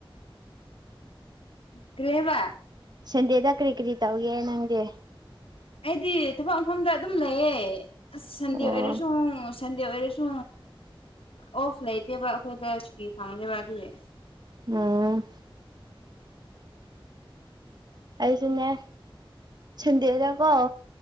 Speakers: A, on the left; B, on the right.
A: ꯀꯔꯤꯍꯥꯏꯕ
B: ꯁꯟꯗꯦꯗ ꯀꯔꯤ ꯀꯔꯤ ꯇꯧꯒꯦ ꯅꯪꯗꯤ
A: ꯑꯩꯗꯤ ꯊꯕꯛ ꯃꯐꯝꯗ ꯑꯗꯨꯝ ꯂꯩꯌꯦ ꯑꯁ ꯁꯟꯗꯦ
B: ꯑꯣ
A: ꯑꯣꯏꯔꯁꯨ꯫ ꯁꯟꯗꯦ ꯑꯣꯏꯔꯁꯨ ꯑꯣꯐ ꯂꯩꯇꯦꯕ ꯑꯩꯈꯣꯏꯗ ꯁꯨꯇꯤ ꯐꯪꯗꯦꯕ ꯑꯗꯨꯒꯤ
B: ꯎꯝ ꯑꯩꯁꯨꯅꯦ ꯁꯟꯗꯦꯗꯀꯣ